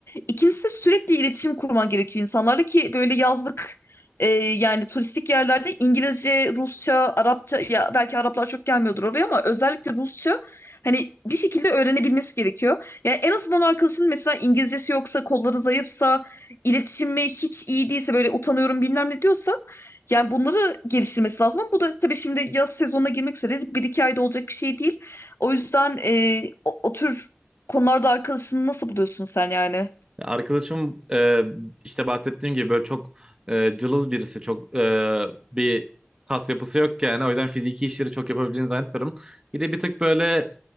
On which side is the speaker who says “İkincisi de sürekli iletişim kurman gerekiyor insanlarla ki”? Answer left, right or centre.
Left